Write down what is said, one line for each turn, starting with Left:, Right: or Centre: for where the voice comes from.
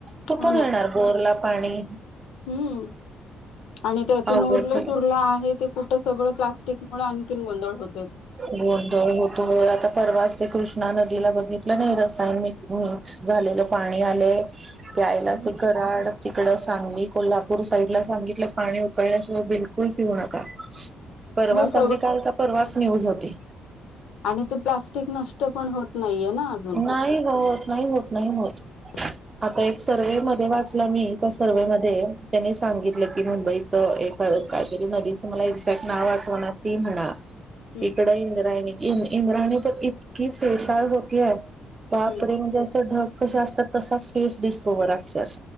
Right: कुठून
Left: हो ना
Right: येणार बोर ला पाणी
Left: हम्म आणि त्यातून
Right: अवघड
Left: उरलं
Right: झालंय.
Left: सु उरलं आहे ते कुठं सगळं प्लास्टिक मुमुळे आणखी गोंधळ होत
Right: गोंधळ होतो आता परवास ते कृष्णा नदीला बघितलं नाही रसायनिक झालेलं पाणी आले प्यायला ते कराड तिकड सांगली कोल्हापूर साईडला सांगीतलं पाणी उकळल्याशिवाय बिलकुल पिऊ नका
Left: <inaudible>
Right: परवास
Left: सगळं
Right: अगदी काल का परवास न्यूज होते
Left: आणि ते प्लास्टिक नष्ट पण होत नाहीये ना अजून
Right: नाही होत नाही होत नाही होत
Left: <inaudible>
Right: आता एक सर्ववेहे मध्ये वाचला मी त्या सर्वहे मध्ये त्यानी सांगितलं की मुंबईच एक काहीतरी नदीचं मला एक्झॅक्ट नाव आठवणार ती म्हणा
Left: हम्म
Right: इकड इंद्रायणी इंद्राणी तर इतकी फेसाळ होत वापरे
Left: हम्म
Right: म्हणजे अस धग क असतात तसा फेस दिसतो बराक्ष